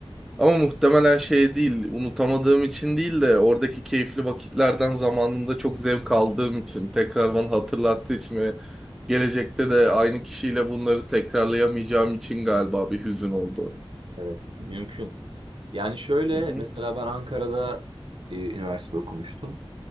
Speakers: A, in the centre; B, on the right.
A: Ama muhtemelen şey değil, unutamadığım için değil de oradaki keyifli vakitlerden zamanında çok zevk aldığım için tekrar bana hatırlattığı için ve gelecekte de aynı kişiyle bunları tekrarlayamayacağım için galiba bir hüzün oldu.
B: Evet, mümkün. Yani şöyle
A: Hı hı,
B: mesela ben Ankara'da e, üniversite okumuştum.